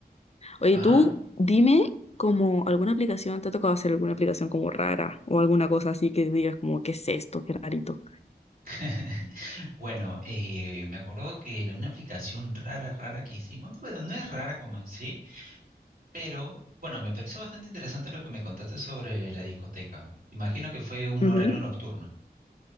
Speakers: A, on the left; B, on the right.
A: Oye,
B: Ah,
A: tú dime como alguna aplicación, ¿te ha tocado hacer alguna aplicación como rara o alguna cosa así que digas como, ¿qué es esto? Qué rarito.
B: <laughs> bueno, eh, me acuerdo que la- una aplicación rara, rara que hicimos, bueno, no es rara como en sí, pero bueno, me pareció bastante interesante lo que me contaste sobre la discoteca. Imagino que fue un
A: Ujú,
B: horario
A: ujú.
B: nocturno,